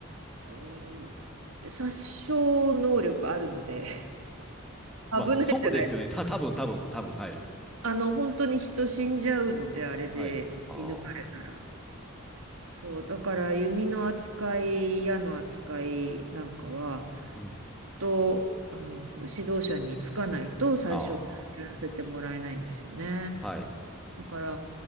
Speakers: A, on the right; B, in the centre.
A: うん殺傷能力あるので、<laughs> 危ないじゃない。
B: まあ、そうですよね。た、多分多分多分はい。
A: あの、本当に人死んじゃうので、あれで射抜かれたら。
B: はい。ああ。
A: そう、だから弓の扱い、矢の扱いなんかは、
B: うん。
A: と、あの、指導者につかないと最初やらせてもらえないんですよね。
B: ああ。はい。
A: だから、